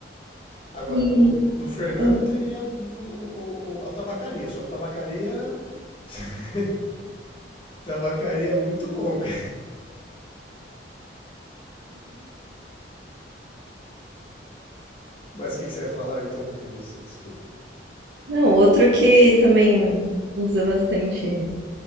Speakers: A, on the left (about 30°); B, on the right (about 70°).
A: Agora,
B: E
A: do, do Fernando
B: ah,
A: eu teria o- o- o- a tabacaria, só que tabacaria. <laughs> tabacaria é muito longa. Mas o que, que você ia falar? Eu interrompi você, desculpa.
B: não, outro que também usa bastante